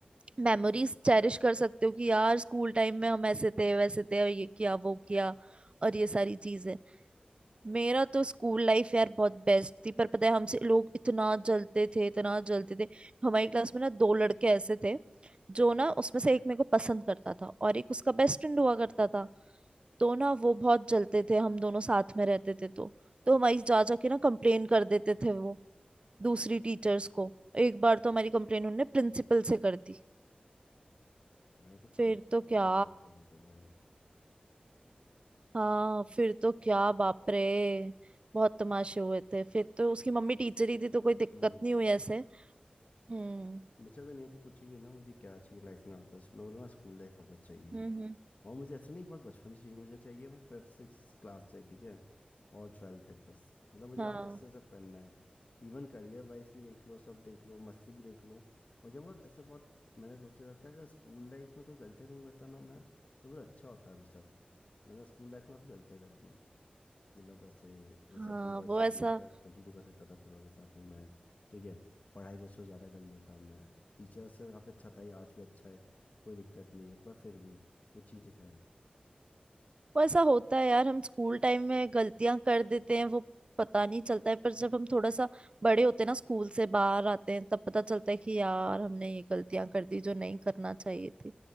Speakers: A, on the right; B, on the left.
A: मेमोरीज चेरिश कर सकते हो कि यार स्कूल टाइम में हम ऐसे थे वैसे थे और ये किया वो किया और ये सारी चीजें मेरा तो स्कूल लाइफ यार बहुत बेस्ट थी पर पता है हमसे लोग इतना जलते थे इतना जलते थे हमारी क्लास में ना दो लड़के ऐसे थे जो ना उसमें से एक मेरे को पसंद करता था और एक उसका बेस्ट फ्रेंड हुआ करता था तो ना वो बहुत जलते थे हम दोनों साथ में रहते थे तो तो हमारी जा जा के ना कंप्लेन कर देते थे वो दूसरी टीचर्स को एक बार तो हमारी कंप्लेन उन्होंने प्रिंसिपल से कर दी
B: भाई पर
A: फिर
B: बहुत
A: तो
B: बेकार
A: क्या
B: बच्चा होता था भाई
A: हाँ फिर तो क्या बाप रे बहुत तमाशे हुए थे फिर तो उसकी मम्मी टीचर ही थी तो कोई दिक्कत
B: हम्म
A: नहीं हुई ऐसे हम्म
B: मुझसे अगर नियति पूछेगी ना मुझे क्या चाहिए लाइफ में वापस मैं बोलूँगा स्कूल लाइफ वापस चाहिए
A: हम्म हम्म,
B: और मुझे ऐसा नहीं बहुत बचपन से चाहिए मुझे चाहिए मैं फिफ्थ सिक्स क्लास से ठीक है और ट्वेल्थ तक बस मतलब मुझे
A: हाँ
B: वापस से सब करना है इवन करियर वाइज भी देख लो सब देख लो मस्ती भी देख लो मुझे बहुत ऐसे बहुत मैंने सोचा लगता है अगर स्कूल लाइफ में तो गलतियाँ कम करता ना मैं तो बहुत अच्छा होता अभी सब मैंने स्कूल लाइफ में काफ़ी गलतियाँ कर दी मतलब ऐसे जैसे
A: हाँ
B: अपूर्वा अच्छी
A: वो ऐसा
B: थी उसके साथ कंटिन्यू कर सकता था अपूर्वा के साथ में मैं ठीक है पढ़ाई तो उससे ज़्यादा कर लेता मैं टीचर से काफ़ी अच्छा था ये आज भी अच्छा है कोई दिक्कत नहीं है पर फिर भी कुछ चीज़ें हैं
A: वो ऐसा होता है यार हम स्कूल टाइम में गलतियां कर देते हैं वो पता नहीं चलता है पर जब हम थोड़ा सा बड़े होते हैं ना स्कूल से बाहर आते हैं तब पता चलता है कि यार हमने ये गलतियां कर दी जो नहीं करना चाहिए थी